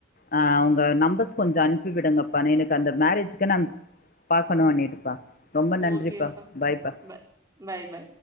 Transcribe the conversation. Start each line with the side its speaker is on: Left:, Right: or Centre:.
Left: ஆ அவங்க நம்பர்ஸ் கொஞ்சோ அனுப்பி விடுங்கப்பா எனக்கு அந்த மேரேஜ்கு நான் பாக்கணு அண்ணிட்டுப்பா ரொம்ப நன்றிப்பா
Right: ஓகேப்பா
Left: பாய்ப்பா
Right: ப பாய் பாய்